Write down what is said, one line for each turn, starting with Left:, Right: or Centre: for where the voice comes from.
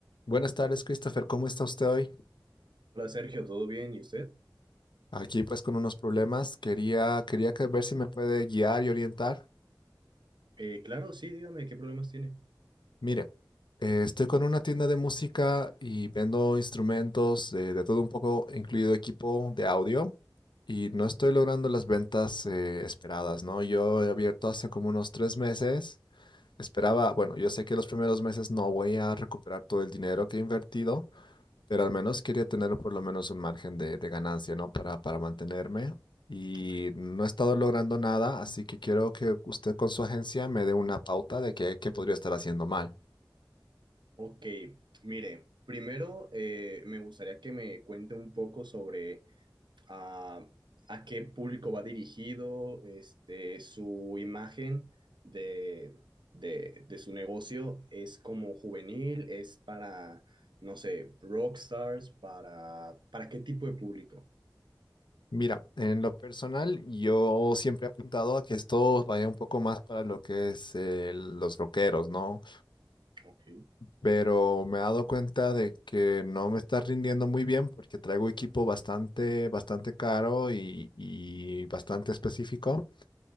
Left: Buenas tardes, Christopher. ¿Cómo está usted hoy?
Right: Hola Sergio, ¿todo bien? ¿Y usted?
Left: Aquí pues con unos problemas. Quería, quería que- ver si me puede guiar y orientar.
Right: Eh, claro, sí, dígame, ¿qué problemas tiene?
Left: Mire, eh, estoy con una tienda de música y vendo instrumentos eh, de todo un poco, incluido equipo de audio, y no estoy logrando las ventas eh, esperadas, ¿no? Yo he abierto hace como unos tres meses. Esperaba, bueno, yo sé que los primeros meses no voy a recuperar todo el dinero que he invertido Pero al menos quería tener por lo menos un margen de, de ganancia, ¿no? Para, para mantenerme. Y
Right: Ok.
Left: no he estado logrando nada, así que quiero que usted con su agencia me dé una pauta de qué, qué podría estar haciendo mal.
Right: Ok, mire, primero eh, me gustaría que me cuente un poco sobre ah, a qué público va dirigido, este, su imagen de, de, de su negocio es como juvenil, es para, no sé, rockstars, para, ¿para qué tipo de público?
Left: Mira, en lo personal, yo siempre he apuntado a que esto vaya un poco más para lo que es eh, los rockeros, ¿no?
Right: Ok.
Left: Pero me he dado cuenta de que no me está rindiendo muy bien porque traigo equipo bastante, bastante caro y, y bastante específico.